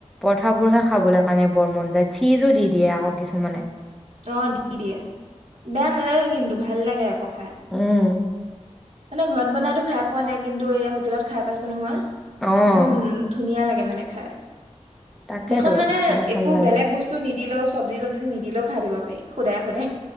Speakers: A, in the centre; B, on the right (about 65°).
A: পৰঠাবোৰহে খাবলৈ কাৰণে বৰ মন যায়, চীজো দি দিয়ে আকৌ কিছুমানে।
B: অ' দি দিয়ে বেয়া নালাগে কিন্তু ভাল লাগে আকৌ। অঁ খাই।
A: উম,
B: মানে ঘৰত বনাইতো খাই পোৱা নাই কিন্তু এ হটেলত খাই পাইছো নহয় এক্দম
A: অ'।
B: ধুনীয়া লাগে। লাগে মানে খাই।
A: তাকেতো
B: সেইখন মানে
A: খাই ভাল
B: একো
A: লাগে
B: বেলেগ বস্তু নিদিলেও, সবজি-টবজি নিদিলেও খাই দিব পাৰি সুদাই-সুদাই।